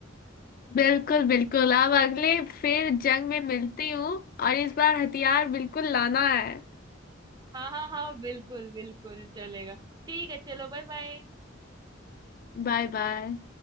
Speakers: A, on the left; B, on the right.
A: बिल्कुल बिल्कुल अब अगले फिर जंग में मिलती हूँ और इस बार हथियार बिल्कुल लाना है
B: हाँ हाँ हाँ बिल्कुल बिल्कुल चलेगा ठीक है चलो बाय बाय
A: Bye bye